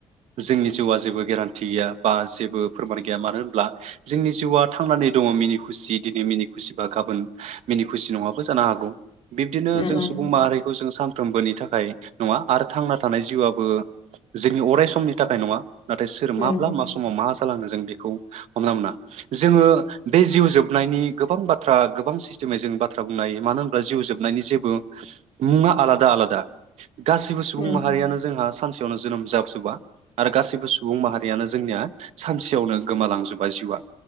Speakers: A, on the right; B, on the left.
A: जोंनि जिउआ जेबो गेरान्थि गैया बा जेबो फोरमान गैया मानो होनब्ला जोंनि जिउआ थांनानै दङ मिनि खुसि दिनै मिनि खुसिबा गाबोन मिनि खुसि नङाबो जानो हागौ बिब्दिनो
B: उम
A: जों सुबुं माहारिखौ जों सानफ्रोमबोनि था खाय‌ नङा आरो थांना थानाय जिउआबो जोंनि अराय समनि थाखाय नङा। नाथाय सोर माब्ला
B: उम
A: मा समाव मा जालाङो जों बेखौ हमना मोना जोङो बे जिउ जोबनायनि गोबां बाथ्रा गोबां <unintelligible> जों बाथ्रा बुंनो हायो मानो होनबा जिउ जोबनायनि जेबो मुङा आलादा आलादा गासैबो सुबुं
B: उम
A: माहारियानो जोंहा सानसेयावनो जोनोम जाबजोबा आरो गासैबो सुबुं माहारियानो जोंनिया सानसेयावनो गोमालांजोबा जिउआ